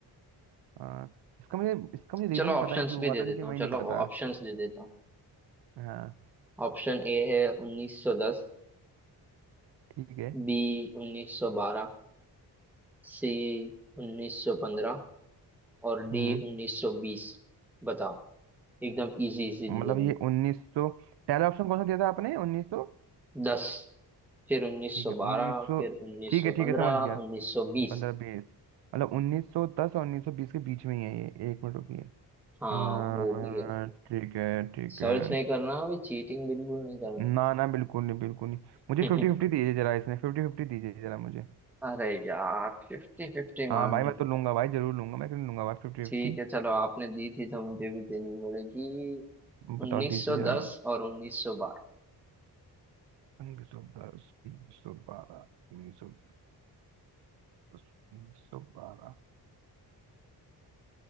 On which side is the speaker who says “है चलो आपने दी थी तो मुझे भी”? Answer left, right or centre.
Centre